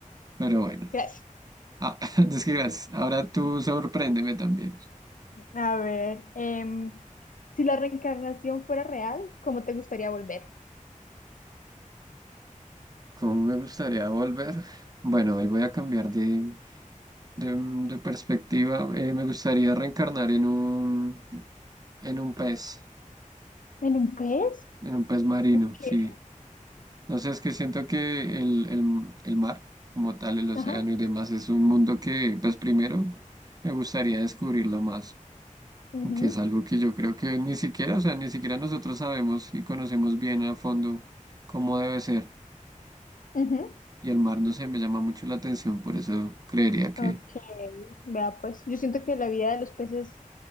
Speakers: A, on the right; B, on the left.
A: Pero bueno,
B: Gracias.
A: Ah, <laughs> es que gracias. Ahora tú sorpréndeme también.
B: A ver, Em, si la reencarnación fuera real, ¿cómo te gustaría volver?
A: ¿Cómo me gustaría volver? Bueno, hoy voy a cambiar de, de- de perspectiva. Eh, me gustaría reencarnar en un, en un pez,
B: ¿en un pez?
A: en un pez marino,
B: ¿Qué?
A: sí. No sé, es que siento que el, el- el mar, como tal, el océano
B: Ajá.
A: y demás, es un mundo que, pues primero, me gustaría descubrirlo más,
B: Ujú.
A: que es algo que yo creo que ni siquiera, o sea, ni siquiera nosotros sabemos y conocemos bien a fondo cómo debe ser.
B: Ujú.
A: Y el mar, no sé, me llama mucho la atención, por eso creería que...
B: Ok, vea pues, yo siento que la vida de los peces